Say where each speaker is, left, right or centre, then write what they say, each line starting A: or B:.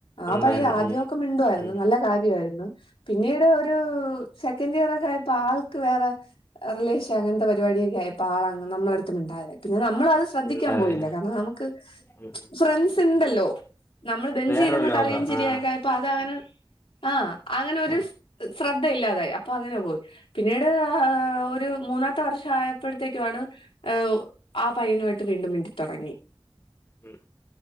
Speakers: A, on the left; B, on the left.
A: ആ
B: ഉണ്ടായിരുന്നു
A: പ്പയ്യൻ ആദ്യമൊക്കെ
B: ഉം
A: മിണ്ടോയിരുന്നു
B: ഉം
A: നല്ല കാര്യായിരുന്നു. പിന്നീട് ഒരു സെക്കൻഡ് ഇയർ ഒക്കെ ആയപ്പോ ആൾക്ക് വേറെ റിലേഷൻ അങ്ങനത്തെ പരിപാടിയക്കെ ആയപ്പോ ആൾ നമ്മളടത്തും മിണ്ടാതായി പിന്നെ നമ്മൾ അത് ശ്രദ്ധിക്കാൻ
B: ഉണ്ടായി
A: പോയില്ല
B: ആ.
A: കാരണം നമുക്ക്
B: ഉം ഉം.
A: ഫ്രണ്ട്സ് ഇണ്ടല്ലോ നമ്മള് ബെഞ്ചീ
B: വേറൊരു
A: ഇരുന്ന്
B: ലോകം
A: കളിയും ചിരിയക്കായപ്പോ
B: ആഹ്
A: അതങ്ങനെ ആ അങ്ങനെ ഒരു
B: ഉം
A: ഇത് ശ്രദ്ധയില്ലാതായി അപ്പൊ അങ്ങനെ പോയി പിന്നീട് ആ ആ ആ ആ ഒരു മൂന്നാത്തെ വർഷം ആയപ്പോഴത്തേക്കും ആണ് ഓരോ ആ പയ്യനുമായിട്ട് വീണ്ടും വീണ്ടും മിണ്ടി തുടങ്ങി
B: ഉം